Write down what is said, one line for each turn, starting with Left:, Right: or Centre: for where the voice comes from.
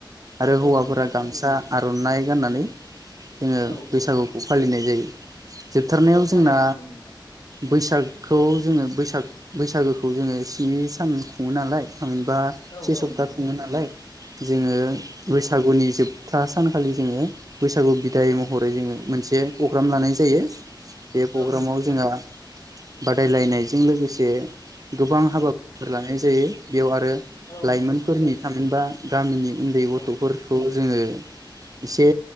Right: आरो
Left: औ
Right: हौवाफोरा
Left: नंगौ
Right: गामसा आर'नाइ गाननानै जोङो
Left: औ
Right: बैसागुखौ
Left: औ
Right: फालिनाय जायो जोबथारनायाव
Left: औ
Right: जोंना
Left: थारैनो नंगौ नोंथां
Right: बैसागखौ जोङो बैसाग बैसागोखौ जोङो स्नि सान खुङो नालाय थामहिनबा
Left: औ
Right: से
Left: औ
Right: सप्ता
Left: नंगौ
Right: खुङो नालाय जोङो
Left: औ
Right: बैसागुनि जोबथा सानखालि जोङो बैसागु बिदाय
Left: औ
Right: महरै जोङो मोन से प्रग्राम लानाय जायो बे प्रग्रामाव
Left: औ नंगौ थारैनो
Right: जोंहा बादायलायनायजों लोगोसे गोबां हाबाफोर
Left: औ
Right: लानाय जायो। बेयाव आ रो
Left: औ
Right: लाइमोनफोरनि
Left: नंगौ
Right: थामहिनबा गामिनि उन्दै गथ'फोरखौ
Left: औ
Right: जोङो इसे